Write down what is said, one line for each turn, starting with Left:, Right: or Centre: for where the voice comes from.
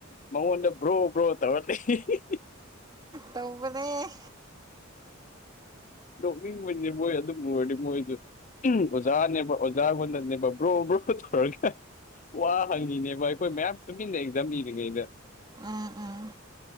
Left: ꯃꯉꯣꯟꯗ ꯕ꯭ꯔꯣ ꯕ꯭ꯔꯣ ꯇꯧꯔ ꯂꯩ꯫
Right: ꯇꯧꯕꯅꯦ꯫
Left: ꯅꯣꯛꯅꯤꯡꯕꯅꯦ ꯃꯣꯏ ꯑꯗꯨꯝ ꯑꯣꯏꯔꯗꯤ ꯃꯣꯏꯗꯣ꯫ ꯎꯝ ꯑꯣꯖꯥꯅꯦꯕ ꯑꯣꯖꯥꯒꯅꯅꯦꯕ ꯕ꯭ꯔꯣ ꯕ꯭ꯔꯣ ꯇꯧꯔꯒ꯫ ꯋꯥ ꯍꯪꯉꯤꯅꯦꯕ ꯑꯩꯈꯣꯏ ꯃꯌꯥꯝ ꯇꯨꯃꯤꯟꯅ ꯑꯦꯛꯖꯥꯝ ꯏꯔꯤꯉꯩꯗ꯫
Right: ꯎꯝ ꯎꯝ